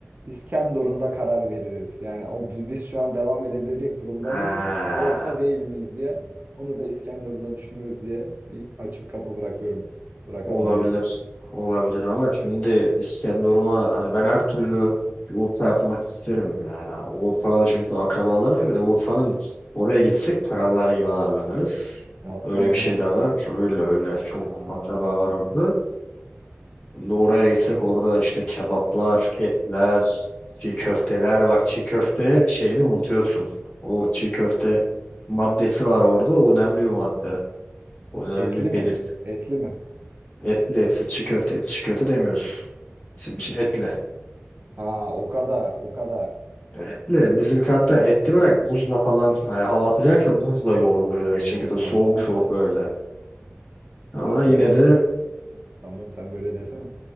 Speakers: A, on the right (about 50°); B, on the left (about 35°).
A: İskenderun'da karar veririz. Yani o, bi- biz şu an devam edebilecek durumda
B: Ha.
A: mıyız yoksa değil miyiz diye. Onu da İskenderun'da düşünürüz diye bir açık kapı bırakıyorum. Bırakalım
B: Olabilir.
A: diyorum.
B: Olabilir ama şimdi İskenderun'a hani ben her türlü bir Urfa yapmak isterim yani. Urfa'da çünkü akrabalar var. Bir de Urfa'nın oraya gitsek krallar gibi ağırlanırız.
A: Yapma
B: Öyle bir
A: ya.
B: şey de var. Öyle öyle çok
A: Aa,
B: akraba var orada. Şimdi oraya gitsek orada işte kebaplar, etler, çiğ köfteler. Bak çiğ köfte şeyini unutuyorsun. O çiğ köfte maddesi var orada. O önemli bir madde. O Önemli
A: etli mi?
B: bir
A: Etli mi?
B: Etli etsiz çiğ köfte etsiz çiğ köfte demiyoruz. Bizim için etli.
A: Ha o kadar o kadar.
B: Etli bizimki hatta etli bırak buzla falan hani hava sıcaksa buzla yoğruluyor
A: Oo
B: direkt çiğ köfte soğuk
A: tamam
B: soğuk
A: ya.
B: böyle. Ama
A: Sen
B: yine
A: böyle
B: de
A: Tamam sen böyle desene.